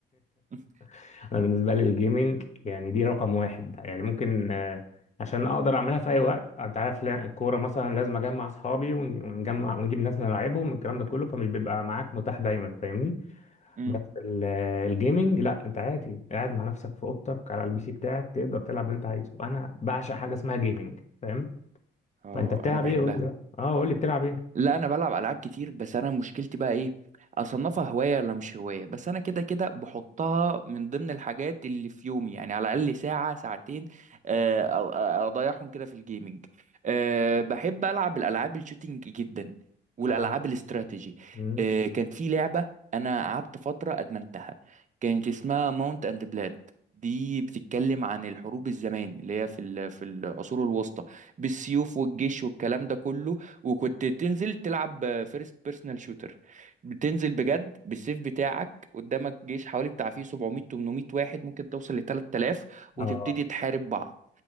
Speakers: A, on the right; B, on the left.
A: <laughs>
B: <laughs> انا بالنسبه لي الجيمنج يعني دي رقم واحد يعني ممكن آه، عشان اقدر اعملها في اي وقت انت عارف لا- الكوره مثلا لازم اجمع اصحابي ون- ونجمع ونجيب ناس نلعبهم الكلام ده كله فمش بيبقى معاك متاح دايما فاهمني
A: مم.
B: بس ال- آه، الجيمنج لا انت عادي قاعد مع نفسك في اوضتك على البي سي بتاعك تقدر تلعب اللي انت عايزه انا بعشق حاجه اسمها جيمنج فاهم
A: اه
B: فانت بتلعب
A: انا بحبها
B: ايه قول لي بقى اه قول لي بتلعب ايه
A: لا انا بلعب العاب كتير بس انا مشكلتي بقى ايه اصنفها هوايه ولا مش هوايه بس انا كده كده بحطها من ضمن الحاجات اللي في يومي يعني على الاقل ساعه ساعتين آه، أ- أ- اضيعهم كده في الجيمنج أه بحب العب الالعاب الشوتينج جدا والالعاب
B: اه
A: الاستراتيجي
B: مم.
A: أه كانت في لعبه انا قعدت فتره ادمنتها كانت اسمها ماونت اند بلاد دي بتتكلم عن الحروب الزمان اللي هي في ال- في العصور الوسطى بالسيوف والجيش والكلام ده كله وكنت تنزل تلعب فيرست بيرسونال شوتر بتنزل بجد بالسيف بتاعك قدامك جيش حوالي بتاع فيه 700 800 واحد ممكن توصل ل 3000 وتبتدي
B: اه
A: تحارب بعض